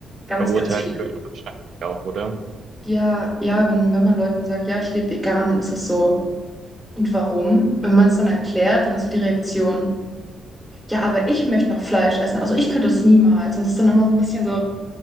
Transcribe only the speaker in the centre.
Ganz,
ganz viele.
Ja, ja, wenn, wenn man Leuten sagt, ja, ich lebe vegan, dann ist das so. Und warum? Wenn man es dann erklärt, dann ist so die Reaktion, ja, aber ich möchte noch Fleisch essen. Also ich könnte es niemals. Und es ist dann immer so ein bisschen so.